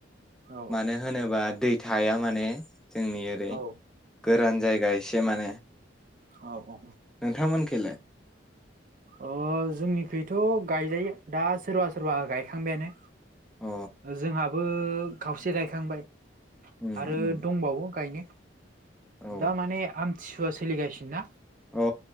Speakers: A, on the right (about 45°); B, in the centre.
A: औ
B: मानो होनोबा दै, थाया माने, जोंनि ओरै
A: औ
B: गोरान जायगा एसे माने,
A: औ औ
B: नोंथां मोनखैलाय?
A: अ जोंनिखैथ' गायजायो दा सोरबा सोरबा गायखांबायानो,
B: अ
A: जोंहाबो खावसे गायखांबाय
B: उम
A: आरो
B: उम
A: दंबावो गायनो
B: औ
A: दा माने आम थिसुवा सोलिगासिनो ना,
B: अ